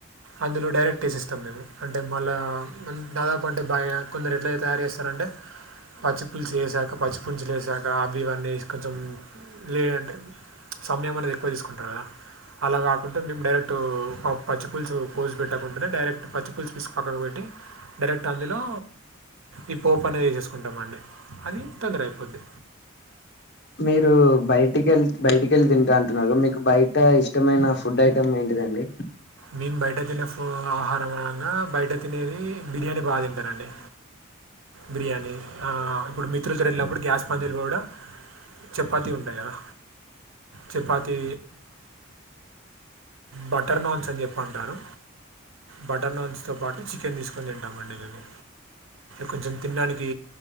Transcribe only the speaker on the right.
అందులో డైరెక్ట్ వేసిస్తాం మేము అంటే మళ్ళ దాదాపు అంటే బాగా కొందరు ఎట్లయితే తయారు చేస్తార అంటే పచ్చిపులుసు చేయసాక ఇం పచ్చిపులుసు చేశాక అవి ఇవన్నీ కొంచెం లే అంటే సమయం అనేది ఎక్కువ తీసుకుంటాది కదా అలా కాకుంటే మేము డైరెక్ట్ పచ్చి పూలుసు పోసి పెట్టకుంటేనే డైరెక్ట్ పచ్చి పూలుసు పిసి పక్కకు పెట్టి డైరెక్ట్ అందులో ఈ పోప్ అనేది వసేసుకుంటామండి అది తొందర అయిపోద్ది
మేము బయట తినే ఫ ఆహారం అనంగా బయట తినేది బిర్యానీ బాగా తింటానండి బిర్యానీ ఇప్పుడు మిత్రులతో వెళ్ళినప్పుడు గ్యాస్ పంజలు కూడా చపాతీ ఉంటాయి కదా చపాతి బటర్ నాన్స్ అని చెప్ప అంటారు బటర్ నాన్స్తో పాటు చికెన్ తీసుకొని తింటామండి మేము కొంచెం తినడానికి